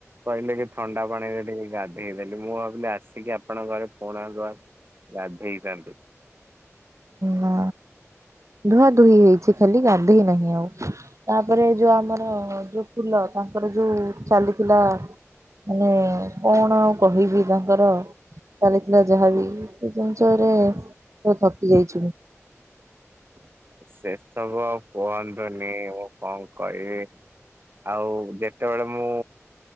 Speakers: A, on the right; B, on the right.
A: କହିଲେ କି ଥଣ୍ଡା ପାଣିରେ ଟିକେ ଗାଧେଇ ଦେଲି ଆସିକି ଆପଣଙ୍କ ଘରେ ଫୋନ୍। ଗାଧେଇ ଥାନ୍ତି।
B: ନା ଧୁଆଁ ଦୁହି ହେଇଚି ଖାଲି ଗାଧେଇ ନାହିଁ ଆଉ। ତାପରେ ଯୋଉ ଆମର ଯୋଉ ଫୁଲ ତାଙ୍କର ଯୋଉ ଚାଲିଥିଲା। ମାନେ କଣ ଆଉ କହିବି ତାଙ୍କର ଚାଲିଥିଲା ଯାହାବି ସେ ଜିନିଷରେ ଥକି ଯାଇଛୁ ମୁଁ।
A: ସେ ସବୁ ଆଉ କୁହନ୍ତୁନି ମୁଁ କଣ କହିବି। ଆଉ ଯେତେବେଳେ ମୁଁ